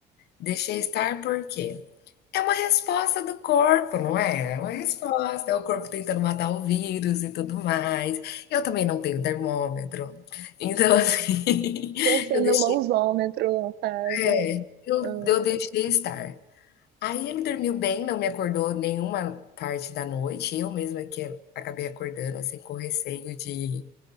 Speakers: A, on the left (about 75°); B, on the right (about 75°).
A: Deixei estar por quê? É uma resposta do corpo, não é? É uma resposta, é o corpo tentando matar o vírus e tudo mais. Eu também não tenho termômetro. Então, assim,
B: E
A: <laughs>
B: sendo
A: eu deixei,
B: mãozômetro no caso.
A: é, eu
B: Ah,
A: eu deixei estar. Aí ele dormiu bem, não me acordou nenhuma parte da noite, eu mesma que acabei acordando, assim, com receio de